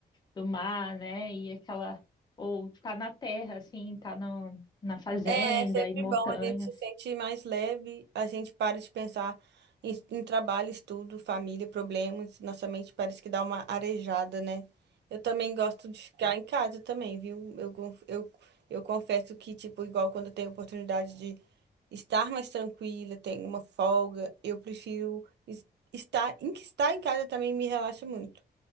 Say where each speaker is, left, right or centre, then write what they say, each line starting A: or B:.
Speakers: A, on the left; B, on the right.
A: do mar, né? E aquela ou tá na terra, assim, tá no, na fazenda
B: É, é sempre
A: e montanhas.
B: bom, a gente se sente mais leve, a gente para de pensar em, em trabalho, estudo, família, problemas, nossa mente parece que dá uma arejada, né? Eu também gosto de ficar em casa também, viu? Eu, gon- eu, eu confesso que, tipo, igual quando eu tenho oportunidade de estar mais tranquila, tenho uma folga, eu prefiro es- estar em que estar em casa também me relaxa muito.